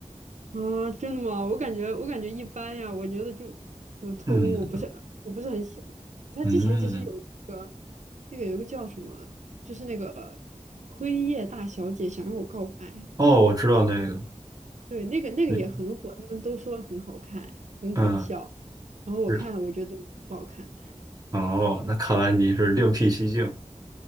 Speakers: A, on the right; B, on the right.
A: 啊，真的吗？我感觉我感觉一般呀，我觉得就普通，
B: 嗯
A: 我不是我不是很喜欢。他之前其实有一个
B: 嗯，
A: 那个有一个叫什么，就是那个辉夜大小姐想让我告白，
B: 哦，我知道那个，
A: 对，那个那个也很火，
B: 你
A: 他们都说很好看，很好笑。
B: 嗯
A: 然后我看了，
B: 是
A: 我觉得不好看。
B: 哦，那看来你是另辟蹊径。